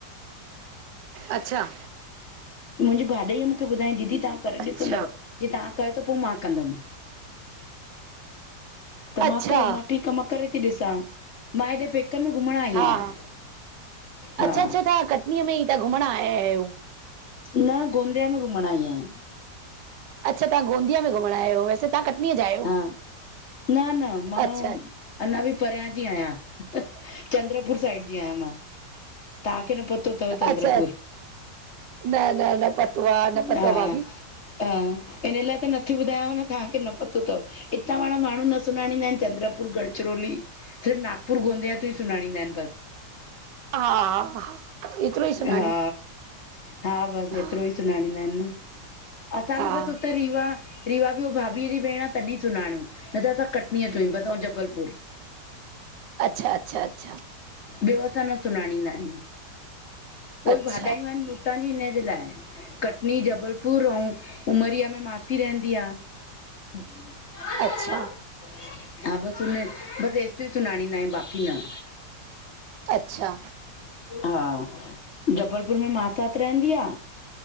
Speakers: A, on the right; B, on the left.
A: अच्छा
B: मुंहिंजी भाॼाईअ मूंखे ॿुधाइं दीदी तव्हां करे
A: अच्छा
B: ॾिसंदव। जे तव्हां कयो त पो मां कंदम। त
A: अच्छा
B: मां कयो मां ठीकु आ मां करे थी ॾिसां। मां हेॾे पेकन में घुमण आई
A: हा
B: आहियां
A: हा
B: हा
A: अच्छा अच्छा तव्हां कटनीअ में ई तां घुमण आया आहियो।
B: न गोंदिया, में घुमण आई आहिंया
A: अच्छा तवंहां गोंदिया में घुमण आया आहियो वैेसे ता कटनीअ जा आहियो?
B: हा न, न मां
A: अच्छा
B: अञा बि परियां जी आहियां। चंद्रपुर साइड जी आहियां मां। तव्हांखे न पतो अथव चंद्रपुर,
A: अच्छा न न न पतो आहे न पतो
B: हा,
A: आहे भाभी
B: हा हिन लाई त न नथी ॿुधायांव न तव्हांखे न पतो अथव हितां वाणा माण्हू न सुञाणींदा आहिन। चंद्रपुर गढ़चिरोली। सिफ़ नागपुर, गोंदया, तोई सुञाणींदा आहिन बस।
A: हा, हा, हा एतिरो ई सुञाणियूं
B: हा, हा बसि
A: हा
B: एतिरो ई सुञाणींदा आहिन न असां
A: हा
B: बि बस हुते रीवा रीवा बि हो भाभीअ जी भेण आ तॾहिं सुञाणियो न त असां कटनीअ तोंईं बस अंऊँ जबलपुर <inaudible>
A: अच्छा, अच्छा, अच्छा
B: ॿियो असां न सुञाणींदा आहियूं।
A: अच्छा
B: ओई भाॼाईयूं आहिन उतां जी हिनजे लाइ, कटनी, जबलपुर, अंऊँ उमरिया में मासी रहंदी आ। <unintelligible>
A: अच्छा
B: हा बसि हुन, बस एस ताईं सुनाणींदा आयूं, बाक़ी न।
A: अच्छा
B: हा, जबलपुर में मासात रहंदी आ।